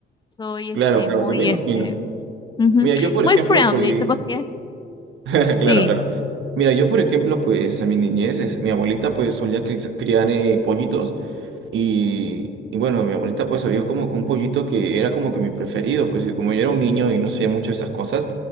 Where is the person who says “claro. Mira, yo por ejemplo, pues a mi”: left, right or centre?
Right